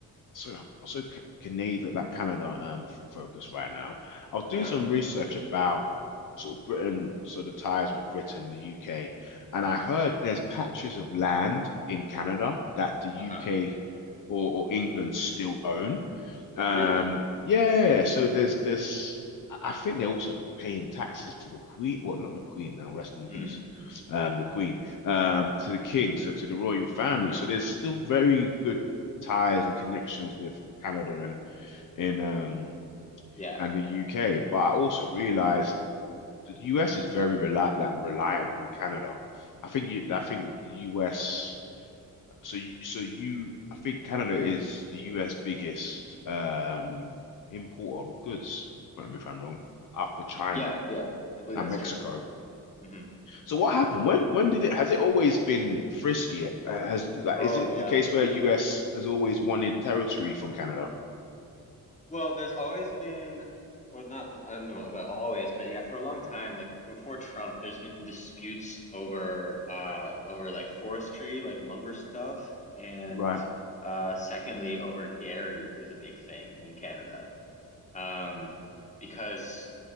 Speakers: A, on the left; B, on the left.
A: so so Ca- Canada, like Canada, um, f- focus right now. I was doing
B: Uh-huh.
A: some research about sort of Britain, so the ties with Britain, the UK, and I heard there's patches of land in Canada that the UK
B: Uh-huh.
A: or, or England still own. Um,
B: Really?
A: yeah, yeah, yeah. so there's there's I think they're also paying taxes to the Queen. Well, not the Queen now, rest in peace.
B: Mm.
A: Um, the Queen, um, to the King, so to the royal family. So there's still very good ties and connections with Canada and in um
B: Yeah.
A: and the UK. But I also realized the US is very reli like reliant on Canada. I think you
B: Mhm.
A: I think the US so you, so you I think Canada is the US biggest um importer of goods, correct me if I'm wrong, after China
B: Yeah, yeah, I believe
A: and
B: that's
A: Mexico.
B: true. hmm
A: So what happened? When when did it has it always been frisky? Uh, has like
B: Oh,
A: is it
B: yeah.
A: the case where US has always wanted territory from Canada?
B: Well, there's always been, or not, I don't know about always, but yeah, for a long time, like before Trump, there's been disputes over, uh, over like forestry, like lumber stuff, and
A: Right,
B: uh, secondly, over dairy is a big thing in Canada, um, because.